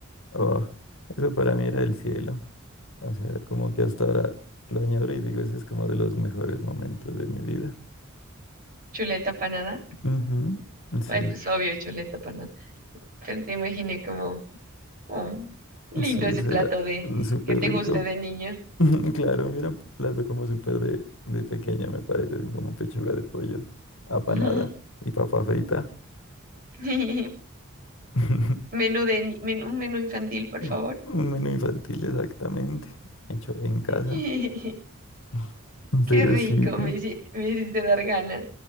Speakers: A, on the left; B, on the right.
A: Oh, eso para mí era el cielo. O sea, como que hasta ahora lo añoro y digo, ese es como de los mejores momentos de mi vida.
B: Chuleta panada.
A: Ujú, Sí,
B: Ay, pues obvio, chuleta panada. Pero te imaginé como, oh, lindo
A: sí,
B: ese
A: eso
B: plato
A: era
B: de
A: súper
B: que te
A: rico.
B: guste de niño.
A: <laughs> Claro, mira, un plato como súper de, de pequeño, me parece, así como pechuga de pollo, apanada
B: Ujú.
A: y papa frita.
B: <laughs>
A: <laughs>
B: Menú de, ni- menú, un menú infantil, por favor.
A: Un un menú infantil, exactamente. Hecho en casa.
B: <laughs>
A: <laughs>
B: Qué
A: Pero
B: rico,
A: sí, pi.
B: me, hici- me hiciste dar ganas.